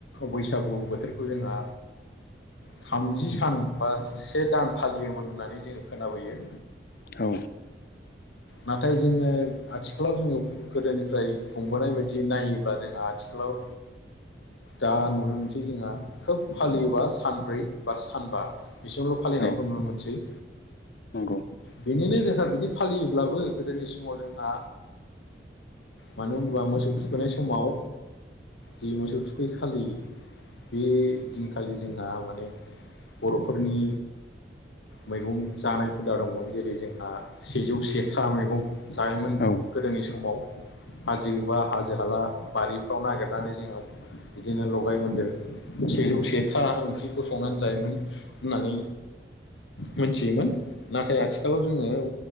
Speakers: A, on the left; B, on the left.
A: बैसागु बोथोरखौ जोंहा थामजि सान बा से दान फालियोमोन होननानै जोङो खोनाबोयो
B: औ
A: नाथाय जोङो आथिखालाव जोङो गोदोनिफ्राय खुंबोनाय बायदि नायोब्ला जोंहा आथिखालाव दा नुनो मोनसै जोंहा खोब फालियोबा सानब्रै बा सानबा बिसोरल' फालिनायखौ
B: औ
A: नुनो मोनसै।
B: नंगौ
A: बेनिनो जोंहा बिदि फालियोब्लाबो गोदोनि समाव जोंहा मानो होनोबा मोसौ थुखैनाय समाव जि मोसौ थुखै खालि बे दिनखालि जोंहा माने बर'फोरनि मैगं जानाय हुदा दंमोन जेरै जोंहा सेजौ सेथा मैगं जायोमोन
B: औ
A: गोदोनि समाव हाजो एबा हाजो हाला बारिफ्राव नागिरनानै जोंहा बिदिनो लगाय मोनदोर सेजौ सेथा ओंख्रिखौ संनानै जायोमोन। होननानै मोनथियोमोन। नाथाय आथिखालाव जोङो